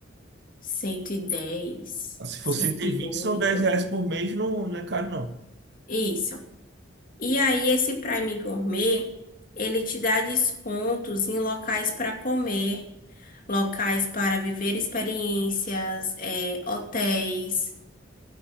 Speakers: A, on the left; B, on the right.
A: 110,
B: se fosse
A: 108.
B: ter vinte são 10 reais por mês, não, não é caro não.
A: Isso. E aí esse Prime Gourmet, ele te dá descontos em locais para comer, locais para viver experiências, é, hotéis,